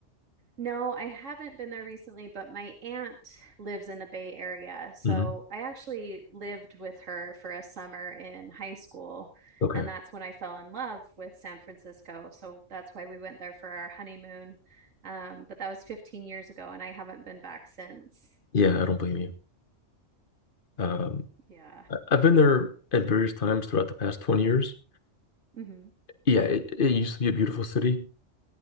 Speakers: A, on the right; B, on the left.
A: No, I haven't been there recently, but my aunt lives in the Bay Area. So
B: hmm
A: I actually lived with her for a summer in high school.
B: Okay,
A: And that's when I fell in love with San Francisco. So that's why we went there for our honeymoon. Um, but that was 15 years ago, and I haven't been back since.
B: yeah, I don't blame you. Um,
A: Yeah.
B: I- I've been there at various times throughout the past 20 years.
A: hmm
B: Yeah, it, it used to be a beautiful city,